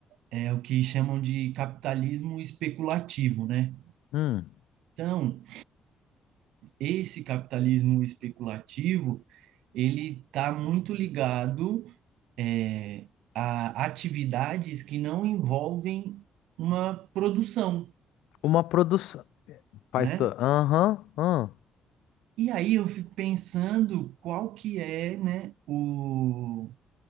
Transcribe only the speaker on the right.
é, o que chamam de capitalismo especulativo, né?
Então, esse capitalismo especulativo, ele está muito ligado é, a atividades que não envolvem uma produção,
né?
E aí eu fico pensando qual que é, né, o